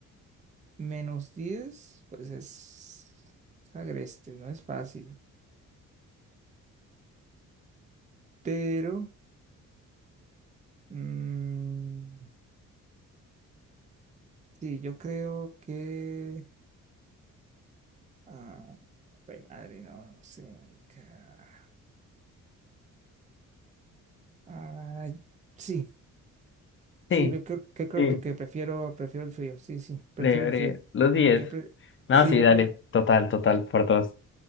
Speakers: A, on the right; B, on the left.
A: Menos diez pues es, es agreste, no es fácil. Pero, mm, sí, yo creo que... Ah, jue madre, no, no sé, marica. Ah, sí, sí,
B: Sí,
A: yo creo que creo
B: sí,
A: porque prefiero, prefiero el frío, sí, sí, prefiero
B: breve, breve.
A: el frío.
B: Los diez
A: Yo pre-
B: No,
A: sí,
B: sí,
A: yo
B: dale.
A: creo,
B: Total, total, por dos.